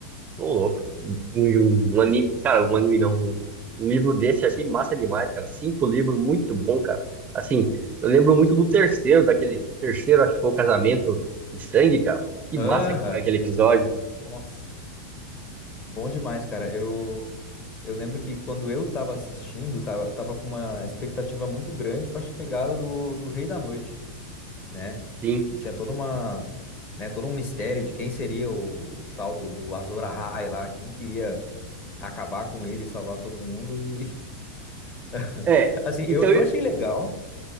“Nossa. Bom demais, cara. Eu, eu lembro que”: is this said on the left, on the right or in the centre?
Left